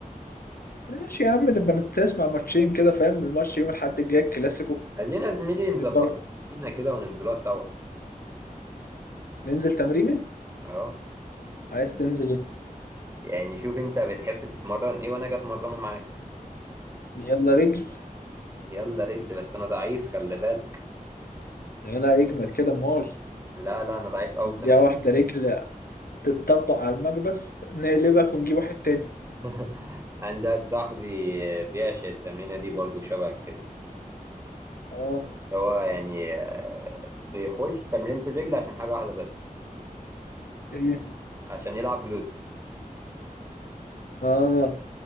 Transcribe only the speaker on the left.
ماشي يا عم نبقى نسمع ماتشين كده فاهم الماتش يوم الاحد الجاي الكلاسيكو
نبقى
ننزل تمرينه
عايز تنزل ايه
يلا رجل
لا اجمد كده مول
نديها
واحده
رجل تتطبق على المكبس نقلبك ونجيب واحد تاني
اه
ايه
اه